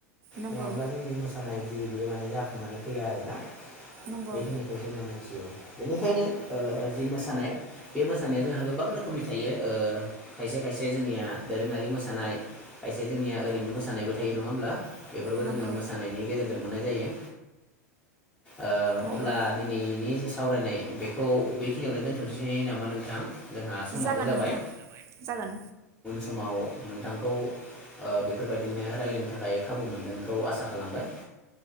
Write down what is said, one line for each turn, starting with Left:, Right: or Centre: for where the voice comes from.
Right: नंगौ
Centre: नङाब्ला जोंनि मोसानाय जि बेयो माने जाफुंनानै फैया आरोना।
Right: नंगौ
Centre: बेखिनिखौ जोङो मिथियो। बेनिखायनो ओ जि मोसानाय बे मोसानाया जोंहा गोबां रोखोमनि थायो ओ खायसे खायसे जोंनिया दोरोङारि मोसानाय खायसे जोंनिया ओरैनो मोसानायबो थायो नङा होमब्ला? बेफोरखौ
Right: नंगौ
Centre: जोङो मोसानायनि गेजेरजों जों मोननाय जायो। ओ
Right: नंगौ
Centre: अब्ला दिनैनि जे साव सावरायनाय बेखौ बेखिनियावनो दोनथ'नोसै नामा नोंथां? जोंहा समाबो
Right: जागोन
Centre: जाबाय।
Right: नोंथां जागोन
Centre: समाव नोंथांखौ ओ बेफोरबायदिनो रायलायनो थाखाय खाबु मोनगोनखौ आसा खालामबाय।